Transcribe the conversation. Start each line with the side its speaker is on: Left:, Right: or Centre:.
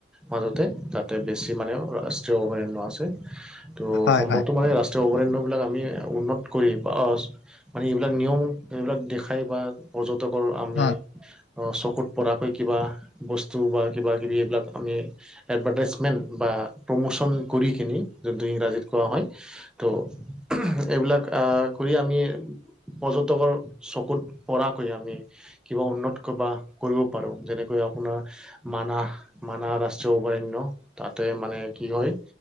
Centre: মাজতে যাতে বেছি মানে <unintelligible> ৰাষ্টীয় অভয়াৰণ্য আছে ত'
Left: হয়
Centre: অসমতো
Left: হয়
Centre: মানে ৰাষ অভয়াৰণ্যবিলাক আমি উন্নত কৰি বা মানে এইবিলাক নিয়ম এইবিলাক দেখাই বা পৰ্যটকৰ আমি
Left: হয়
Centre: চকুত পৰাকৈ কিবা বস্তু বা কিবাকিবি, এইবিলাক আমি এডভাৰ্টাইজমেণ্ট বা প্ৰমোচন কৰি কিনি যোনটো ইংৰাজীত কোৱা হয়। ত' এইবিলাক আহ কৰি আমি পৰ্যটকৰ চকুত পৰাকৈ আমি কিবা উন্নত কৰবা কৰিব পাৰো যেনেকৈ আপোনাৰ মানাহ মানাহ ৰাষ্ট্ৰীয় অভয়াৰণ্য তাতে মানে কি হয়